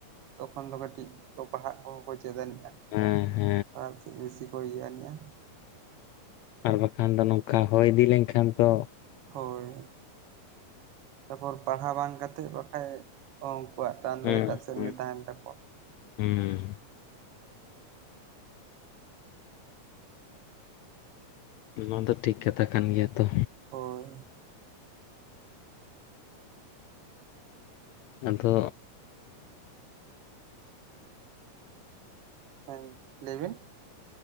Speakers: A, on the right (about 60°); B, on the left (about 85°).
A: ᱛᱚᱠᱷᱚᱱ ᱫᱚ ᱠᱟᱹᱴᱤᱡ ᱯᱟᱲᱦᱟᱜ ᱠᱚᱦᱚᱸ ᱠᱚ ᱪᱮᱫ ᱮᱱᱛᱮ
B: ᱦᱮᱸᱻᱦᱮᱸ
A: ᱟᱨ ᱵᱮᱥᱤ ᱠᱚ ᱤᱭᱟᱹᱜ-ᱟ
B: ᱟᱨ ᱵᱟᱝᱠᱷᱟᱱ ᱫᱚ ᱱᱚᱝᱠᱟ ᱦᱚᱭ ᱤᱫᱤ ᱞᱮᱱᱠᱷᱟᱱ ᱫᱚ
A: ᱦᱚᱭ ᱛᱟᱯᱚᱨ ᱯᱟᱲᱦᱟᱣ ᱵᱟᱝ ᱠᱟᱛᱮᱫ ᱵᱟᱠᱷᱟᱡ ᱚᱱᱠᱩᱣᱟᱜ ᱴᱟᱱ ᱫᱚ
B: ᱦᱮᱸ
A: ᱮᱴᱟ ᱥᱮᱱᱜᱮ
B: ᱦᱮᱸ
A: ᱛᱟᱦᱮᱱ ᱛᱟᱠᱚᱣᱟ
B: ᱦᱮᱸ ᱱᱚᱣᱟ ᱫᱚ ᱴᱷᱤᱠ ᱠᱟᱛᱷᱟ ᱠᱟᱱ ᱜᱮᱭᱟ ᱛᱚ
A: ᱦᱳᱭ
B: ᱟᱫᱚ
A: ᱦᱮᱸ ᱞᱟᱹᱭ ᱵᱤᱱ